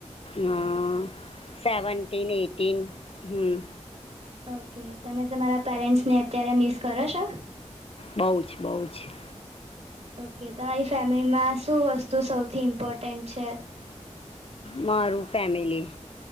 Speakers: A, on the left; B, on the right.
A: હા સેવન્ટીન એટીન હમ
B: ઓકે તમે તમારા પેરેન્ટસ ને અત્યારે મિસ કરો છો
A: બહુ જ બહુ જ
B: ઓકે તમારી ફેમિલીમાં શું વસ્તુ સૌથી ઇમ્પોર્ટન્ટ છે.
A: મારું ફેમિલી